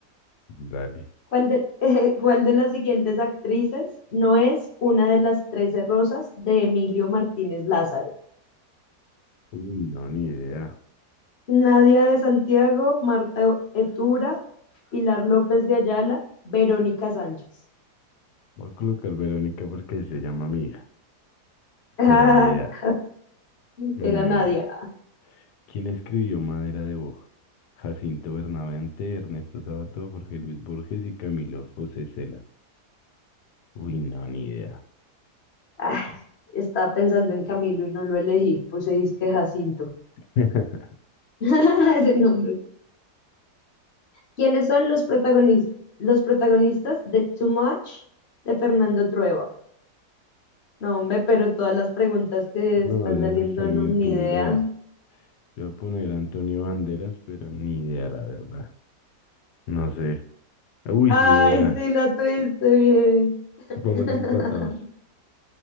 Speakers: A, on the left (about 80°); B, on the left (about 45°).
A: Dale.
B: ¿Cuál de, <laughs> cuál de las siguientes actrices no es una de las trece rosas de Emilio Martínez Lázaro?
A: Uy, no, ni idea.
B: Nadia de Santiago, Marta Etura, Pilar López de Ayala, Verónica Sánchez.
A: Voy a colocar Verónica porque se llama amiga,
B: <laughs>
A: pero ni idea. Ay,
B: Era
A: no
B: Nadia.
A: era. ¿Quién escribió Madera de Boj? Jacinto Bernabente, Ernesto Sabato, Jorge Luis Borges y Camilo José Cela. Uy, no, ni idea.
B: Ah, estaba pensando en Camilo y no lo elegí. Puse disque Jacinto.
A: <laughs>
B: <laughs> Ese nombre. ¿Quiénes son los protagonistas, los protagonistas de Too Much de Fernando Trueba? No, hombre, pero todas las preguntas que
A: No,
B: están
A: esas
B: saliendo
A: están
B: no
A: muy
B: ni
A: duras.
B: idea.
A: Yo voy a poner Antonio Banderas, pero ni idea, la verdad. No sé. Uy,
B: Ay,
A: sí era.
B: sí, la tuviste bien.
A: Vamos
B: <laughs>
A: empatados.